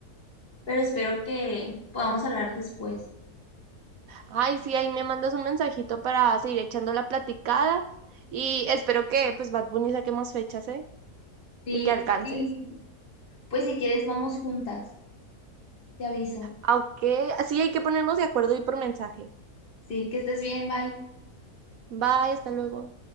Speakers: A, on the left; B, on the right.
A: pero espero que podamos hablar después.
B: Ay, sí, ahí me mandas un mensajito para seguir echando la platicada. Y espero que pues Bad Bunny saque más fechas, ¿eh?
A: Sí,
B: Y que alcances.
A: sí, pues si quieres vamos juntas, te aviso.
B: Aunque sí hay que ponernos de acuerdo y por mensaje.
A: Sí, que estés bien, bye.
B: Bye, hasta luego.